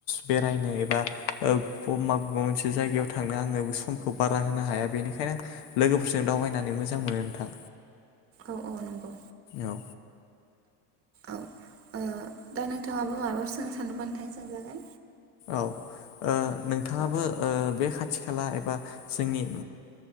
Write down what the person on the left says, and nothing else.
बेरायनो एबा ओ सम मा मोनसे से जायगायाव थांनो आंनो समखौ बारा होनो हाया बेनिखायनो आं लोगोफोरजों दावबायनानै मोजां मोनो नोंथां।
औ
औ ओ नोंथाङाबो ओ बे खाथि खाला एबा जोंनि